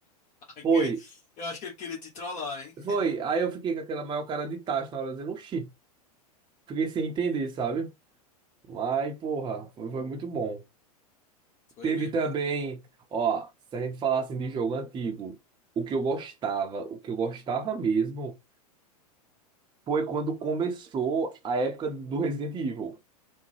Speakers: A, on the left (about 40°); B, on the right (about 25°).
A: Aquele-
B: Foi,
A: Eu acho que ele queria te trollar, hein?
B: foi. Aí eu fiquei com aquela maior cara de tacho na hora, dizendo: Oxi, fiquei sem entender, sabe? Mas, porra, foi, foi muito bom.
A: Foi
B: Teve
A: mesmo.
B: também, ó, se a gente falar assim de jogo antigo, o que eu gostava, o que eu gostava mesmo, foi quando começou a época do Resident Evil.